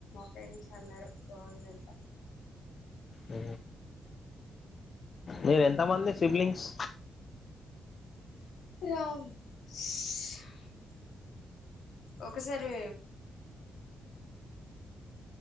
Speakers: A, on the left; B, on the left.
A: ఫ్రెండ్స్ అన్నారు బాగుందంట
B: ఓ నేను ఎంతమంది సిబ్లింగ్స్
A: రామ్స్ ఒక్కసారి